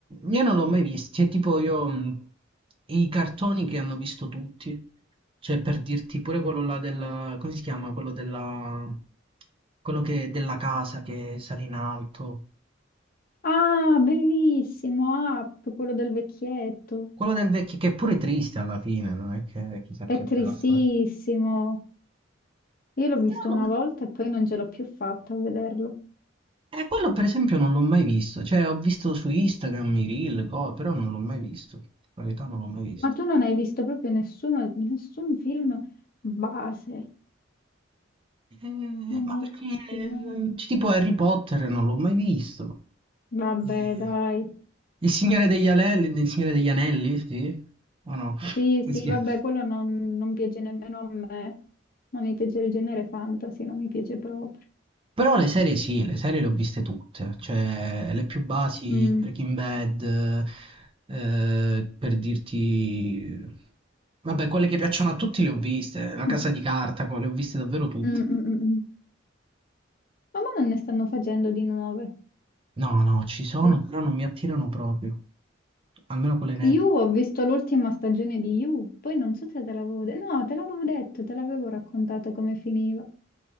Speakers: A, on the right; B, on the left.
A: io non l'ho mai visto, cioè tipo io mh, i cartoni che hanno visto tutti, cioè per dirti pure quello là del, come si chiama? Quello della, quello che, della casa che sale in alto,
B: Ah, bellissimo, Up, quello del vecchietto.
A: quello del vecchio che è pure triste alla fine, non è che chissà
B: È
A: che
B: tristissimo.
A: bella storia.
B: Io l'ho visto
A: Però-
B: una volta e poi non ce l'ho più fatta a vederlo.
A: Eh, quello per esempio non l'ho mai visto, cioè ho visto su Instagram i reel, co- però non l'ho mai visto, in verità non l'ho mai visto.
B: Ma tu non hai visto proprio nessuno, nessun film base,
A: Eh,
B: non
A: ma
B: ne hai
A: perché
B: visti
A: eh,
B: mai.
A: c- tipo Harry Potter non l'ho mai visto.
B: Vabbè,
A: Eh,
B: dai.
A: il Signore degli Anelli, il Signore degli Anelli, sì? O no? <laughs>
B: Sì,
A: Come
B: sì,
A: si chiama?
B: vabbè, quello non, non piace nemmeno a me. Non mi piace il genere fantasy, non mi piace proprio.
A: Però le serie sì, le serie le ho viste tutte, cioè le più basi,
B: Mm.
A: Breaking Bad, eh, per dirti... Vabbè, quelle che piacciono a tutti le ho viste, La Casa
B: <laughs>
A: di Carta, co- le ho viste davvero tutte.
B: Mm, mm, mm, mm. Ma mo non ne stanno facendo di nuove.
A: No, no, ci sono,
B: Sì.
A: però non mi attirano proprio, almeno quelle nette.
B: Io ho visto l'ultima stagione di You, poi non so se te l'avevo detto. No, te l'avevo detto, te l'avevo raccontato come finiva.